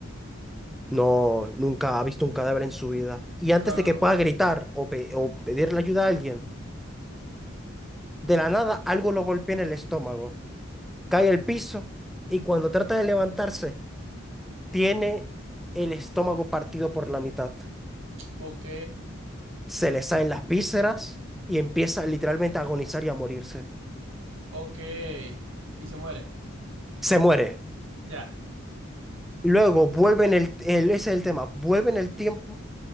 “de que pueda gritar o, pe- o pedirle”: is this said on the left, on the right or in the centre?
Centre